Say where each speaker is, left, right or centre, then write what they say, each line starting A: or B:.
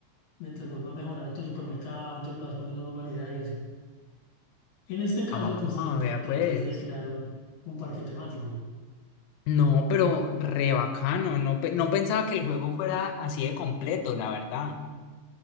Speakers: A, on the left; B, on the left.
A: mientras vos vas mejorando tu supermercado, entonces lo vas poniendo más variedad y eso. En este caso,
B: Ah,
A: pues Theme Park
B: vea
A: tratas
B: pues.
A: de crear un, un parque temático.
B: No, pero re bacano. No, pe- no pensaba que el juego fuera así de completo, la verdad.